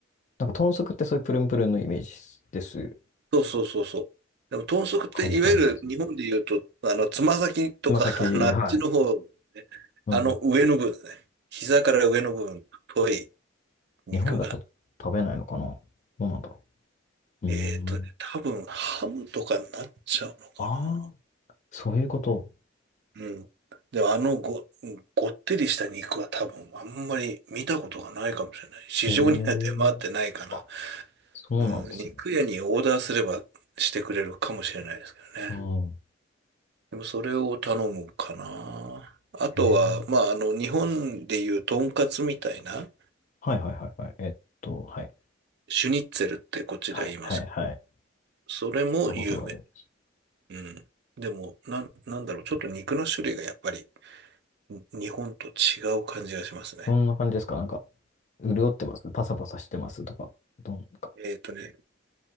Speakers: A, on the left; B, on the right.
A: んか豚足ってそういうプルンプルンのイメージですよね。
B: そうそうそうそう。でも豚足っていわゆる日本で言うと、
A: カリカリにすると。
B: あの、つま先とか、
A: つま先、
B: <laughs> あの、あっちの方、
A: はい。
B: ね、
A: うん。
B: あの上の部分ですね。膝から上の部分、太い肉が。
A: 日本だと食べないのかなどうなんだろう。うーん。
B: えっとね、多分ハムとかになっちゃうのかな。
A: ああ、そういうこと。
B: うん。でもあのご、ごってりした肉は多分あんまり見たことがないかもしれない。市場には出回ってないかな。
A: へえ。あ、そうなんですね。
B: うん、肉屋にオーダーすればしてくれるかもしれないですけどね。
A: うん。
B: でもそれを頼むかな。あとは、
A: へえ。
B: まあ、あの、日本でいうとんかつみたいな、
A: はいはいはいはい。えっと、はい。
B: シュニッツェルってこっちでは言いますけど、
A: はいはいはい。
B: それも有名。
A: 聞いたことがあります。
B: うん。でも、なん、なんだろう、ちょっと肉の種類がやっぱりに日本と違う感じがしますね。
A: どんな感じですかなんか、潤ってますパサパサしてますとか。どんか。
B: えっとね、